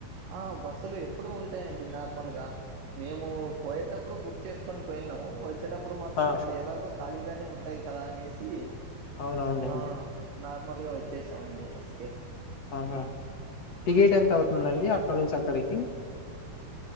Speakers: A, on the right; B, on the left.
A: ఆ బస్సులు ఎప్పుడు ఉంటాయండి నార్మల్గా మేము పోయేటప్పుడు బుక్ చేసుకొని పోయినాం వచ్చేటప్పుడు మాత్రం
B: ఆ
A: ఇంకా ఎలాగో ఖాళీగానే ఉంటాయి కదా అనేసి
B: అవునవునండి
A: ఆ నార్మల్గా వచ్చేసామండి బస్సుకె
B: ఆహా టికెట్ ఎంత అవుతుందండి అక్కడ నుంచి అక్కడికి?